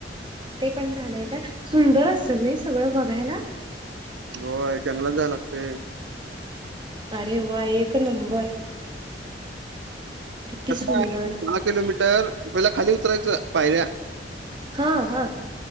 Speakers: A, on the right; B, on the right.
A: ते पण झालंय काय? सुंदर असेलनायी सगळं बघायला
B: होय जंगलात जाय लागतयं
A: अरे वा! एक नंबर किती
B: कस
A: सुंदर
B: आहे दहा किलोमीटर पहिला खाली उतरायचं पायऱ्या
A: हा, हा